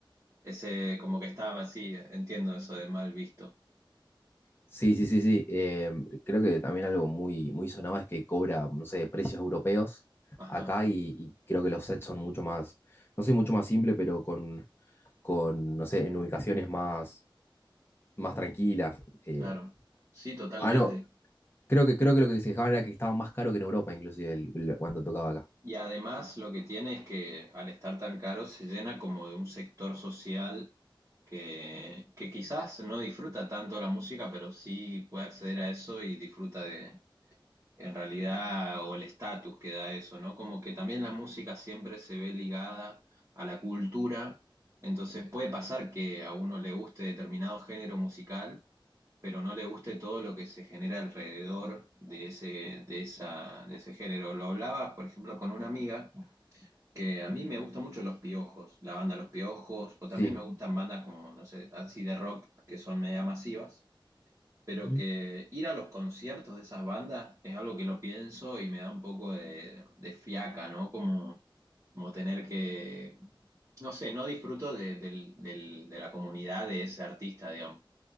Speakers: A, on the right (about 35°); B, on the left (about 25°).
A: ese como que estaba así, entiendo eso de mal visto.
B: Sí, sí, sí, sí. em, creo que también algo muy, muy sonado es que cobra, no sé, precios europeos
A: Ajá,
B: acá y, y creo que los sets son mucho más, no sé, mucho más simple, pero con, con, no sé, en ubicaciones más, más tranquilas. eh.
A: claro. Sí, totalmente.
B: Ah, no, creo que, creo que lo que se quejaban era que estaba más caro que en Europa, inclusive, el- el- cuando tocaba acá.
A: Y además lo que tiene es que al estar tan caro se llena como de un sector social que, que quizás no disfruta tanto la música, pero sí puede acceder a eso y disfruta de en realidad, o el estatus que da eso, ¿no? Como que también la música siempre se ve ligada a la cultura, entonces puede pasar que a uno le guste determinado género musical, pero no le guste todo lo que se genera alrededor de ese, de esa, de ese género. Lo hablaba, por ejemplo, con una amiga que a mí me gustan mucho Los Piojos, la banda Los Piojos, o
B: Sí.
A: también me gustan bandas como, no sé, así de rock, que son media masivas pero
B: Ujú.
A: que ir a los conciertos de esas bandas es algo que lo pienso y me da un poco de, de fiaca, ¿no? Como, como tener que, no sé, no disfruto de, del- del- de la comunidad de ese artista, digamos.